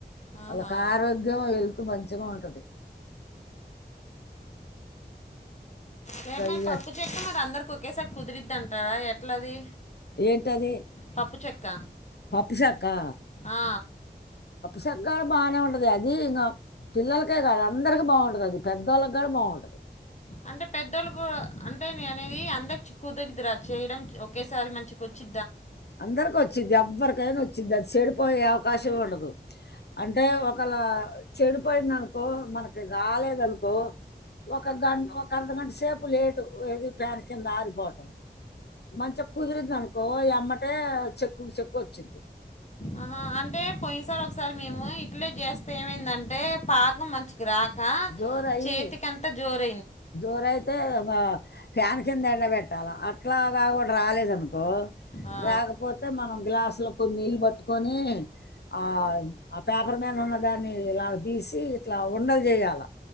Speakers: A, on the left; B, on the left.
A: ఆహా
B: వాళ్ళకు ఆరోగ్యం హెల్త్ మంచిగా ఉంటది
A: రే మరి
B: ఇక
A: పప్పు చెక్క మరి అందరోకేస కుదిరిద్దంటావ ఎట్లది
B: ఏంటది
A: పప్పు చెక్క
B: పప్పుశక్కా
A: ఆ,
B: చెక్కర బాగానే ఉంటదే అది ఇంగ పిల్లలకే గాదు అందరికి బాంటది అది పెద్దోళ్ళగని బాంటది
A: అంటె పెద్దోల్లు గూ టె నేన్ అనేది అందరి కుదరిద్ది రా చేయడనికి ఒకేసారి మంచికి ఒచ్చి
B: అందర్కోచ్చింది ఎవ్వర్కైనా ఒచ్చిద్ది అది చెడిపోయే అవకాశంమే ఉండదు అంటే ఒకళ చెడిపోయిందనుకో మనకి రాలేదనుకో ఒక గం ఒక అర్ధ గంట సేపు లేటు ఏది ప్యాన్ కింద ఆగిపోటం మంచిగా కుదిరిందనుకో యమ్మటే చెక్కు చెక్కు ఒచ్చిద్ది
A: ఆహా అంటే పోన్సారు ఒక్సారి మేము ఇట్లే జేస్తే ఏమైందంటే పాకం మంచిగరా అ
B: జోరయి
A: చేతికింత జోర్
B: జోరైతే వా ఫ్యాన్ కింద ఎండబట్టాలా అట్ ట్లాగా గుడ్ రాలేదనుకో
A: ఆ!
B: రాక్పోతే మనం గ్లాస్లో కొనీళ్ళు పట్కొని ఆ అ పేపర్ మీన్ ఉన్న దాన్ని ఇలా తీస్ సీ ఇట్లా ఉండలు జేయాల